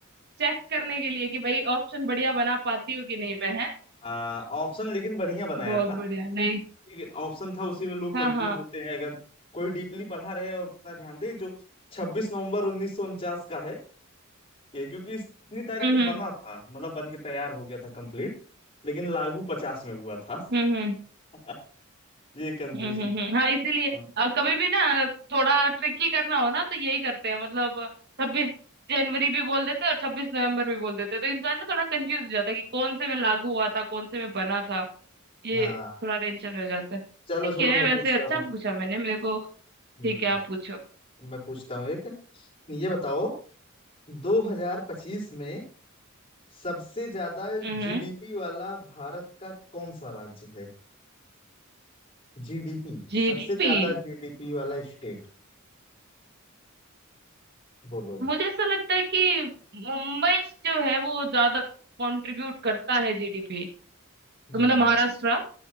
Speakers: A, on the right (about 55°); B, on the left (about 30°).
A: चेक करने के लिए कि भाई ऑप्शन बढ़िया बना पाती हूँ कि नहीं मैं है
B: हाँ ऑप्शन लेकिन बढ़िया बनाया
A: बहुत
B: था
A: बढ़िया नहीं
B: एक ऑप्शन था उसी में लोग
A: हाँ
B: कंफ्यूज
A: हाँ
B: होते हैं अगर कोई डीपली पढ़ा रहे और उतना ध्यान दे जो 26 नवंबर उन्नीस सौ उनचास का है ये क्योंकि इस- इतनी तारीख
A: हम्म
B: को बना था मतलब बन के तैयार हो गया था कंप्लीट लेकिन लागू पचास में हुआ था
A: हम्म हम्म हम्म
B: <laughs> ये कंफ्यूजिंग
A: हम्म हम्म,
B: था
A: हम्म, हाँ इसीलिए
B: हाँ
A: अ, कभी भी ना थोड़ा ट्रिकी करना हो ना तो यही करते हैं मतलब छब्बीस जनवरी भी बोल देते हैं और छब्बीस नवंबर भी बोल देते हैं तो इंसान ना थोड़ा कंफ्यूज हो जाता है कि कौन से में लागू हुआ था कौन से में बना था ये
B: हाँ
A: थोड़ा टेंशन हो जाता है
B: चलो
A: ठीक
B: चलो
A: है
B: मैं
A: वैसे
B: पूछता
A: अच्छा
B: हूँ
A: पूछा मैंने मेरे को
B: हम्म
A: ठीक है आप पूछो
B: मैं पूछता हूँ एक ये बताओ 2025 में सबसे ज्यादा
A: हम्म
B: जीडीपी वाला भारत का कौन सा राज्य है जीडीपी
A: जीडीपी
B: सबसे ज्यादा जीडीपी वाला स्टेट बोलो
A: मुझे ऐसा लगता है कि मुंबई जो है वो ज्यादा कंट्रीब्यूट करता है जीडीपी
B: हम्म
A: तो मतलब महाराष्ट्र